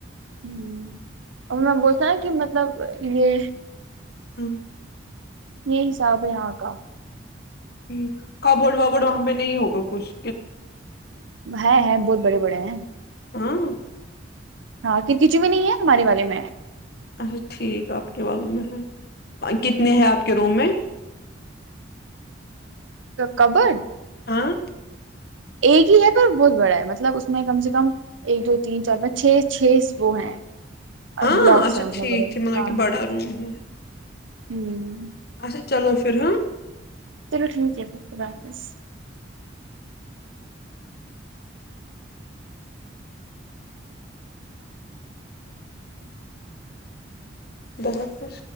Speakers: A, on the right; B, on the left.
A: ہوں <unintelligible> اور میں بولتا ہے کہ مطلب یہ <unintelligible>
B: ہوں <unintelligible>
A: یہ حساب ہے یہاں کا
B: ج کبوڈ وابورڈ وہاں پہ نہیں ہوگا کچھ
A: ہ ہے ہے بہت بڑے بڑے ہیں
B: ہاں
A: ہاں ک کچی میں نہیں ہے ہمارے والے میں
B: اچھا ٹھیک آپ کے وال والوں میں ہے کتنے ہیں آپ کے روم میں
A: کبڈ
B: ہاںں
A: ایک ہی ہے پر بہت بڑا ہے مطلب اس میں کم سے کم ایک دو تین چار چھ چھ وہ ہیں
B: ہاں
A: بلاکس
B: اچھا
A: ہیں اس
B: ٹھیک
A: میں بڑے
B: ہے مطلب
A: ہاں
B: کہ
A: ہاں
B: بڑا روم ہے
A: ہوں <unintelligible>
B: اچھا چلو پھر ہ
A: چلو ٹھیک ہے پھر خدا حافظ
B: ب حافھر